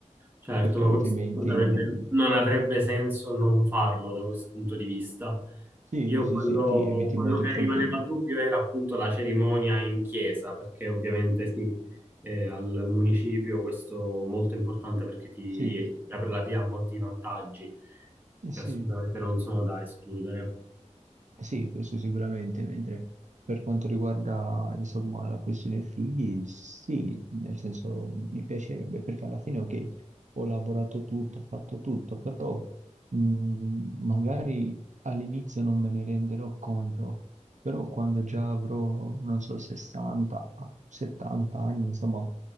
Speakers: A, on the right (about 15°); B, on the right (about 70°).
A: Certo,
B: perché altrimenti.
A: ma questo assolutamente non avrebbe senso non farlo da questo punto di vista.
B: Sì,
A: Io
B: sì,
A: quello,
B: sì, ti eviti
A: quello
B: molti
A: che
B: problemi.
A: rimaneva a dubbio era appunto la cerimonia in chiesa, perché ovviamente sì, eh, al municipio questo è molto importante perché ti,
B: Sì,
A: ti apre la via a molti vantaggi
B: eh
A: che
B: sì,
A: assolutamente non sono da escludere.
B: sì, questo sicuramente, mentre per quanto riguarda, insomma, la questione figli, sì, nel senso mi piacerebbe, perché alla fine, ok, ho lavorato tutto, ho fatto tutto, però mh, magari all'inizio non me ne renderò conto Però quando già avrò, non so, 60, ah, 70 anni, insomma,